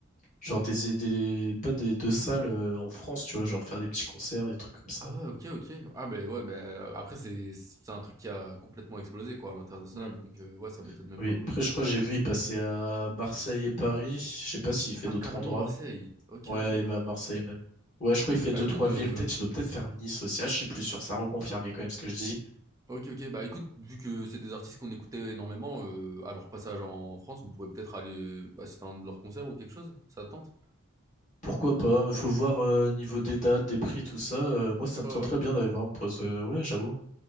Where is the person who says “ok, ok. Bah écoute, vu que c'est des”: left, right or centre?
Right